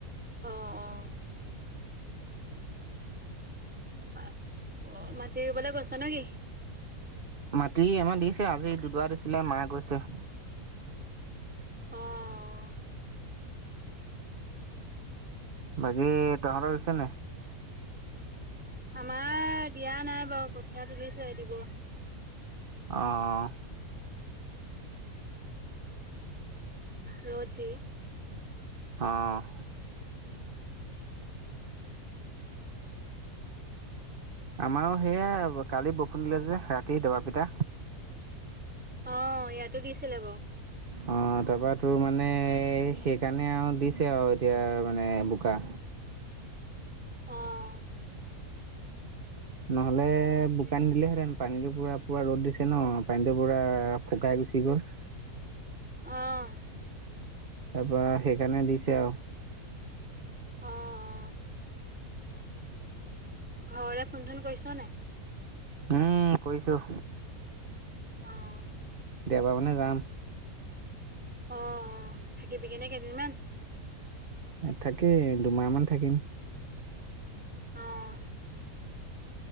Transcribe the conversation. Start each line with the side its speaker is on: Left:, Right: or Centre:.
Centre: অ', অ'। <unintelligible> মাটি ৰুবলে গৈছ নে কি?
Right: মাটি আমাৰ দিছে, আজি দুডৰা দিছিলে, মা গৈছে।
Centre: অ'
Right: বাকী তহঁতৰ ৰুইছে নাই?
Centre: আমাৰ দিয়া নাই বাৰু, কঠীয়া তুলিছে, দিব।
Right: অ'
Centre: ৰ'দ যি
Right: অ'
Centre: <inaudible>
Right: আমাৰো সেয়া, কালি বৰষুণ দিলে যে, ৰাতি দবাপিটা
Centre: অ', ইয়াতো দিছিলে বাৰু।
Right: অ', তাৰপা তোৰ মানে এই সেইকাৰণে আৰু দিছে আৰু এতিয়া মানে বোকা।
Centre: অ'
Right: নহলে
Centre: তাকে
Right: বোকা নিদিলেহেঁতেন। পানীটো পুৰা-পুৰা ৰ'দ দিছে ন, পানীটো পুৰা শুকাই গুচি গ'ল
Centre: অ'
Right: তাৰপা সেইকাৰণে দিছে আৰু।
Centre: অ', অ'। ঘৰলে ফোনচোন কৰিছ নে নাই?
Right: উম। কৰিছোঁ।
Centre: অ
Right: দেওবাৰ মানে যাম।
Centre: অ', অ' থাকিবিগেনে কেইদিনমান?
Right: তাকেই দুমাহমান থাকিম।
Centre: অ'।